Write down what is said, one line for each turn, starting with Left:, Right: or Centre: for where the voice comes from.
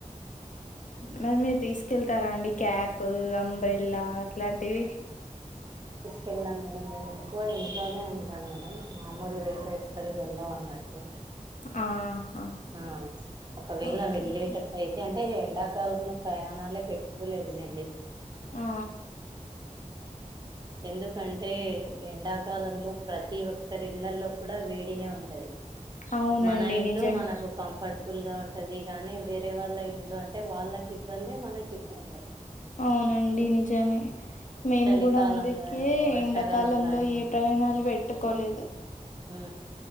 Left: మరి మీరు తీసుకెళ్తారా అండి క్యాప్ అంబ్రెల్లా అట్లాంటివి
Right: కెల్లం మేడం మేము ఎక్కువ ఇంట్లోనే ఉంటాం మేడం మామూలుగాయితే ఎక్కడికి వెళ్లం అన్నట్టు
Left: ఆహా
Right: ఆ ఒకవేళ
Left: ఓకే
Right: వెళ్ళేటట్టు
Left: ఓకే
Right: అయితే అం అంటే ఎండాకాలంలో ప్రయాణాలే పెట్టుకోలేదులేండి
Left: ఆ
Right: ఎందుకంటే ఎండాకాలంలో ప్ర ప్రతి ఒక్కరి ఇళ్లల్లో కూడా వేడినే ఉంటది
Left: అవునండి
Right: మన ఇల్లు
Left: నిజమే
Right: మనకు కంఫర్ట్ ఫుల్ గా ఉంటది కానీ వేరే వాళ్ళ ఇంట్లో అంటే వాళ్ళకి ఇబ్బంది మనకి ఇబ్బందే
Left: అవునండి నిజమే మేము
Right: చలికాలం
Left: కూడా అందుకే
Right: గాని వర్షాకాలం
Left: ఎండాకాలంలో
Right: గాని
Left: ఏ ప్రయాణాలు పెట్టుకోలేదు
Right: ఆ